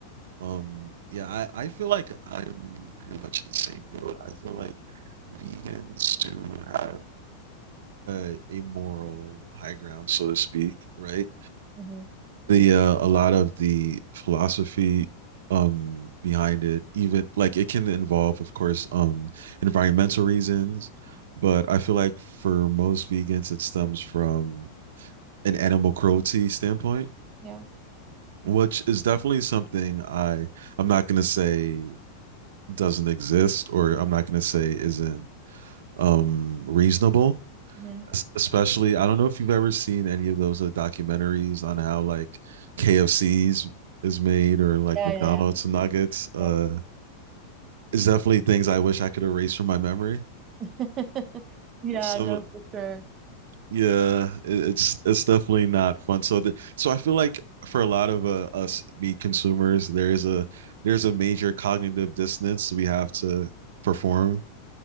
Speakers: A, on the right; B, on the right.
A: Um, yeah, I, I feel like I'm pretty much in the same boat. I feel like vegans do have a, a moral high ground, so to speak, right?
B: hmm
A: the uh, a lot of the philosophy um behind it even like it can involve of course um environmental reasons but i feel like for most vegans it stems from an animal cruelty standpoint
B: Yeah.
A: which is definitely something i i'm not going to say doesn't exist or i'm not going to say isn't um reasonable
B: hmm
A: especially I don't know if you've ever seen any of those uh, documentaries on how like KFC's is made or like
B: Yeah,
A: McDonald's
B: yeah,
A: nuggets. Uh,
B: yeah.
A: it's definitely things I wish I could erase from my memory.
B: Yeah. <laughs> Yeah,
A: Some
B: no, for sure.
A: yeah, it- it's it's definitely not fun. So the, so I feel like for a lot of uh, us meat consumers, there is a there's a major cognitive dissonance we have to perform